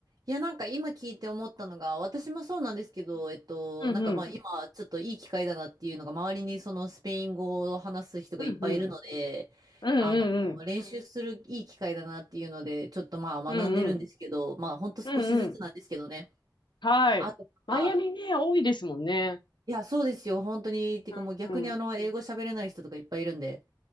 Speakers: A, on the right; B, on the left.
A: いやなんか今聞いて思ったのが、私もそうなんですけど、えっと、
B: うん。
A: なんかまあ今ちょっといい機会だなっていうのが、周りにそのスペイン語を話す人がいっぱいいるので、
B: うん。うんうん。うんうん。
A: あの、練習するいい機会だなっていうので、ちょっとまあ学んでるんですけど、
B: うんうん。
A: まあほんと少しずつなんですけどね。
B: うんうん。はい。
A: あとは
B: マイアミね、多いですもんね。
A: いや、そうですよ。本当に。っていうかもう逆にあの、
B: うん。うん。
A: 英語喋れない人とかいっぱいいるんで。